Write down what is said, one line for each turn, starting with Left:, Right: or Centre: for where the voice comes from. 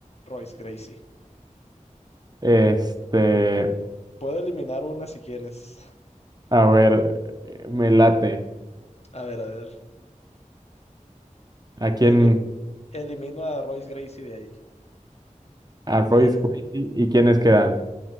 Left: Royce Gracie.
Right: este...
Left: Puedo eliminar una si quieres.
Right: A ver, eh, me late.
Left: A ver, a ver.
Right: ¿A quién?
Left: Eli- elimino a Royce Gracie de ahí.
Right: A Royce
Left: Ya,
Right: Gracie y quiénes quedan.